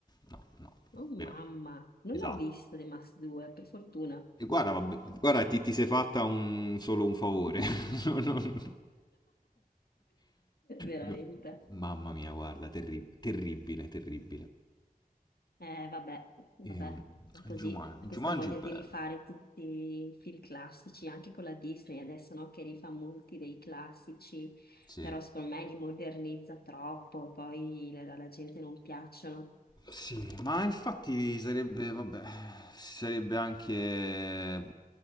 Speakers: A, on the left; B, on the left.
A: no, no, no.
B: Oh
A: vero.
B: mamma, non
A: Esatto.
B: l'ho visto The Mask 2, per fortuna.
A: E Guarda, vabbè, guarda, ti, ti sei fatta un, solo un favore.
B: <laughs>
A: <laughs> No, no, no.
B: Veramente.
A: No. Mamma mia, guarda, terri- terribile, terribile.
B: Eh, vabbè, vabbè,
A: Ehm,
B: è
A: Juman-
B: così, questa
A: Jumanji
B: voglia
A: è bello.
B: di rifare tutti i film classici, anche con la Disney adesso, no, che rifà molti dei classici,
A: Sì.
B: però secondo me li modernizza troppo, poi la- alla gente non piacciono.
A: Sì, ma infatti sarebbe, vabbè, sarebbe anche,